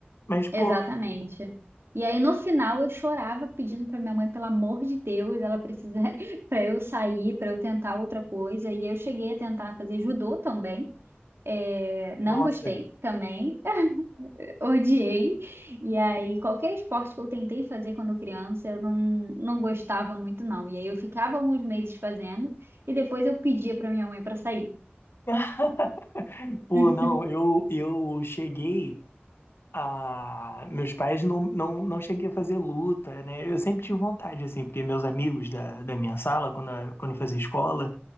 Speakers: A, on the left; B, on the right.
A: Mas, pô,
B: Exatamente. E aí no final eu chorava pedindo para minha mãe, pelo amor de Deus, ela precisa <laughs> para eu sair, para eu tentar outra coisa. E eu cheguei a tentar fazer judô também. É, não
A: nossa.
B: gostei também, <laughs> odiei. E aí qualquer esporte que eu tentei fazer quando criança, eu não, não gostava muito não. E aí eu ficava alguns meses fazendo e depois eu pedia para minha mãe para sair.
A: <laughs> Pô,
B: <laughs>
A: não, eu, eu cheguei. Ah, meus pais não, não, não cheguei a fazer luta, né? Eu sempre tive vontade, assim, porque meus amigos da, da minha sala, quando eu, quando eu fazia escola,